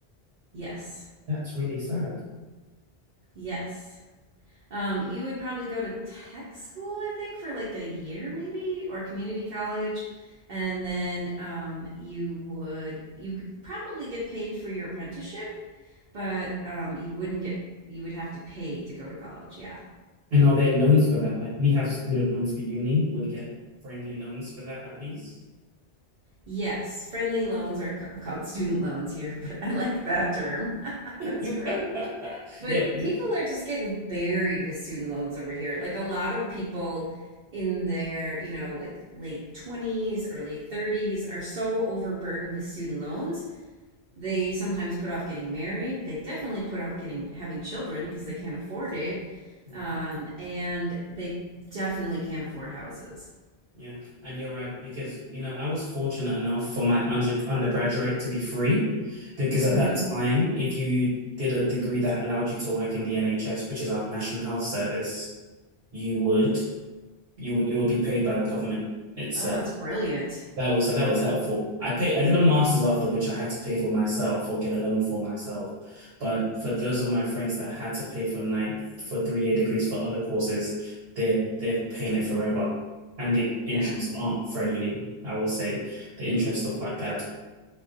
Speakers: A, on the right (about 55°); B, on the right (about 80°).
A: Yes.
B: That's really sad.
A: Yes. Um, you would probably go to tech school, I think, for like a year maybe, or community college, and then um, you would you could probably get paid for your apprenticeship, but um, you wouldn't get you would have to pay to go to college. Yeah.
B: And are there loans for that? Like we have student loans for uni, would get friendly loans for that at least.
A: Yes, friendly loans are ca- called student loans here, <laughs> but I like that term. <laughs>
B: <laughs>
A: That's great. But
B: Yeah. we-
A: people are just getting buried with student loans over here. Like a lot of people in their, you know, like late 20s, early 30s are so overburdened with student loans. They sometimes put off getting married. They definitely put off getting having children because they can't afford it.
B: yeah.
A: Um, and they definitely can't afford houses.
B: Yeah, and you're right because you know I was fortunate enough for my under undergraduate to be free because at
A: hmm
B: that time if you did a degree that allowed you to work in the NHS, which is our National Health Service, you would you would it would be paid by the government itself.
A: Oh, that's brilliant.
B: That was so that was helpful. I pay I did a master's after which I had to pay for myself or get a loan for myself. But for those of my friends that had to pay for nine for three year degrees for other courses, they're they're paying it forever. And the interests
A: Yeah.
B: aren't friendly, I will say. The interests are quite bad.